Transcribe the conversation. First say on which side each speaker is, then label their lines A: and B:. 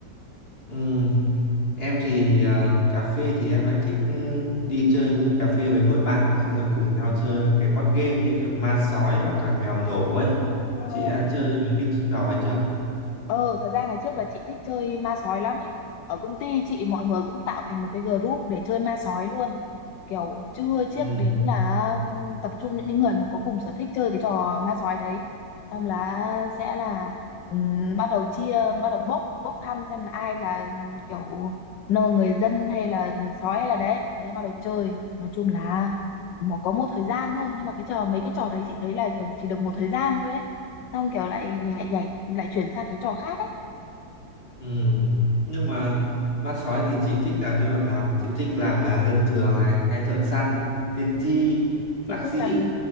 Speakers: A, on the left; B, on the left.
A: Ừ, em thì à, cà phê thì em lại thích ừ, đi chơi cà phê với hội bạn xong rồi cùng nhau chơi một cái board game như kiểu ma sói hoặc là mèo nổ ấy
B: Ờ,
A: chị đã chơi mấy cái trò ấy chưa
B: Ờ, thật ra ngày trước là chị thích chơi ma sói lắm ấy. Ở công ty chị mọi người cũng tạo thành một cái group để chơi ma sói luôn. Kiểu chưa chiếc
A: ừ.
B: đến là um, tập trung những cái người mà có cùng sở thích chơi cái trò ma sói đấy. Xong là sẽ là ừm, bắt đầu chia, bắt đầu bốc, bốc thăm xem là ai là ừm, kiểu nô người dân hay là sói hay là đấy. Thế bắt đầu chơi. Nói chung là một có một thời gian thôi. Nhưng mà cái trò mấy cái trò đấy chị thấy là kiểu chỉ được một thời gian thôi ấy xong kiểu lại mình lại nhảy lại chuyển sang cái trò khác ấy
A: Ừ. Nhưng mà ma sói thì chị thích làm nhân vật nào? Chị thích làm mà dân thường này, hay thợ săn, tiên tri,
B: chị
A: bác
B: thích
A: sĩ,
B: làm